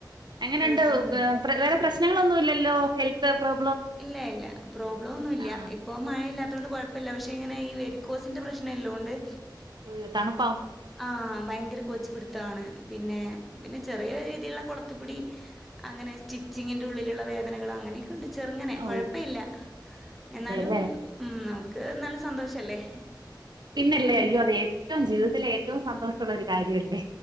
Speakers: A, on the right (about 65°); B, in the centre.
A: എങ്ങനെ
B: കൊഴപ്പൊന്നുല്ല
A: ഉണ്ട് വേറെ പ്രശ്നങ്ങൾ ഒന്നും ഇല്ലല്ലോ ഹെൽത് ഫ്രം
B: ഇല്ല ഇല്ലാ പ്രോബ്ലം ഒന്നും ഇല്ലാ
A: ആഹ്
B: ഇപ്പോ മഴ ഇല്ലാത്തോണ്ട് കുഴപ്പല്ല പക്ഷെ എനിക്ക് ഇങ്ങനെ വേരികോസിൻ്റെ പ്രശ്‌നം ഉള്ളോണ്ട്
A: ഓയോ തണുപ്പ്
B: ആ ഭയങ്കര കോച്ചിപിടുത്തം ആണ് പിന്നെ ചെറിയ രീതിയിൽ ഉള്ള കൊടുത്തി പിടി അങ്ങനെ സ്റ്റിച്ചിങ്ങിൻ്റെ ഉള്ളിലുള്ള വേദനകള് അങ്ങനെയെക്കെ ഉണ്ട് ചെറുങ്ങനെ
A: ഓ
B: കുഴപ്പല്ല എന്നാലും
A: അതെല്ലേ
B: ഉം നമു ങ് നല്ല സന്തോഷമല്ലേ
A: പിന്നെ അല്ലേ അയ്യോ ഏറ്റവും ജീവിതത്തില് ഏറ്റവും സന്തോഷമുള്ള ഒരു കാര്യമല്ലേ